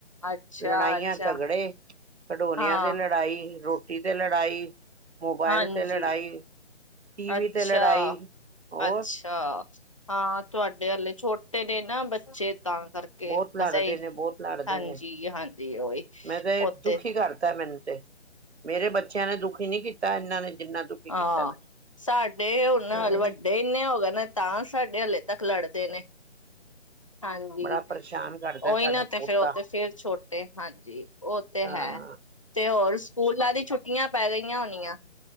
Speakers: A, on the left; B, on the right.
A: ਅੱਛਾ,
B: ਲੜਾਈਆਂ
A: ਅੱਛਾ
B: ਝਗੜੇ ਖਡੋਨਿਆਂ
A: ਹਾਂ
B: ਤੇ ਲੜਾਈ ਰੋਟੀ ਟੀ ਤੇ ਲੜਾਈ ਮੋਬਾਇਲ
A: ਹਾਂਜੀ
B: ਤੇ ਲੜਾਈ ਟੀਵੀ
A: ਅੱਛਾ,
B: ਤੇ ਲੜਾਈ ਹੋਰ
A: ਅੱਛਾ ਹਾਂ ਤੁਹਾਡੇ ਹੱਲੇ ਛੋਟੇ ਛੋਟੇ ਨੇ ਨਾ ਬੱਚੇ ਤਾਂ ਕਰਕੇ
B: ਬਹੁਤ ਲੜਦੇ
A: ਬਸ ਇਹੀ
B: ਨੇ, ਬਹੁਤ ਲੜਦੇ
A: ਹਾਂਜੀ
B: ਨੇ।
A: ਹਾਂਜੀ ਓਹੀ
B: ਮੈਂ ਤੇ
A: ਉੱਥੇ।
B: ਦੁਖੀ ਕਰਤਾ ਮੈਨੂੰ ਤੇ ਮੇਰੇ ਬੱਚਿਆਂ ਨੇ ਦੁਖੀ ਨਹੀਂ ਕੀ ਤਾਂ ਇਹਨਾਂ ਨੇ ਜਿੰਨਾ ਦੁਖੀ
A: ਹਾਂ
B: ਕੀਤਾ ਮੈਂ।
A: ਸਾਡੇ ਹੁਣ ਨਾ
B: ਹਾਂ
A: <unintelligible> ਵੱਡੇ ਇੰਨੇ ਹੋ ਗਏ ਨੇ ਤਾਂ ਸਾਡੇ ਹਲੇ ਤੱਕ ਲੜਦੇ ਨੇ ਹਾਂਜੀ
B: ਬੜਾ ਪਰੇਸ਼ਾਨ ਕਰਦਾ
A: ਓਹੀ
B: ਸਾਡਾ
A: ਨਾ ਤੇ
B: ਪੋਤਾ
A: ਫਿਰ ਉਹ ਤੇ ਫਿਰ ਛੋਟੇ ਹਾਂਜੀ ਉਹ ਤੇ
B: ਹਾਂ
A: ਹੈ ਤੇ ਹੋਰ ਸਕੂਲਾਂ ਦੀ ਛੁੱਟੀਆਂ ਪੈ ਗਈਆਂ ਹੋਣੀਆਂ।